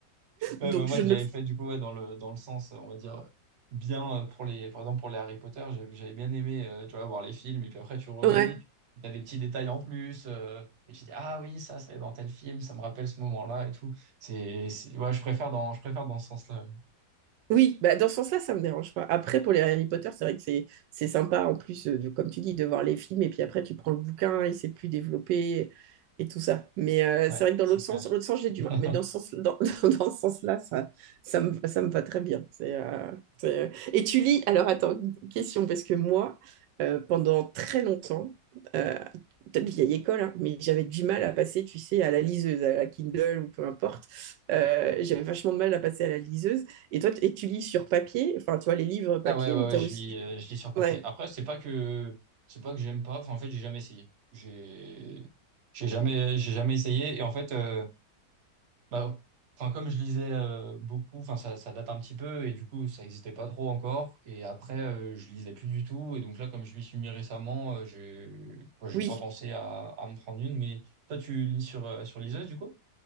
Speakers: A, on the right; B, on the right.
A: Ouais,
B: Donc,
A: bah, moi
B: je
A: je
B: ne
A: l'avais
B: le...
A: fait du coup ouais, dans le dans le sens euh, on va dire euh, bien euh, pour les par exemple pour les Harry Potter j'ai- j'avais bien aimé euh, tu vois voir les films et puis après tu relis
B: Ouais.
A: t'as des petits détails en plus euh, et tu dis ah oui ça c'est dans tel film ça me rappelle ce moment-là et tout c'est c'est- ouais je préfère dans je préfère dans ce sens-là
B: Oui, bah dans ce sens-là, ça me dérange pas. Après, pour les Harry Potter, c'est vrai que c'est c'est sympa en plus, euh, de- comme tu dis, de voir les films et puis après tu prends le bouquin et c'est plus développé et tout ça. Mais euh,
A: ouais
B: c'est vrai que dans
A: c'est
B: l'autre
A: clair
B: sens, l'autre sens j'ai du
A: <laughs>
B: mal. Mais dans ce sens, dans, <laughs> dans ce sens-là, ça ça me ça me va très bien. C'est euh, c'est- euh. Et tu lis. Alors attends, une question parce que moi, euh, pendant très longtemps, euh, peut-être vieille école, hein, mais j'avais du mal à passer, tu sais, à la liseuse, à la Kindle ou peu importe. Euh, j'avais vachement de mal à passer à la liseuse. Et toi, t- et tu lis sur papier, enfin, tu vois, les livres papier
A: ah ouais ouais,
B: ou t'as
A: ouais, je
B: aussi.
A: lis euh, je lis sur papier
B: Ouais,
A: après c'est pas que c'est pas que j'aime pas enfin en fait j'ai jamais essayé j'ai j'ai jamais j'ai jamais essayé et en fait euh, Bah, enfin, comme je lisais euh, beaucoup, enfin, ça, ça date un petit peu et du coup, ça n'existait pas trop encore. Et après, euh, je lisais plus du tout. Et donc là, comme je m'y suis mis récemment, euh, je moi, j'ai
B: oui.
A: pas pensé à, à me prendre une. Mais toi, tu lis sur, euh, sur liseuse, du coup?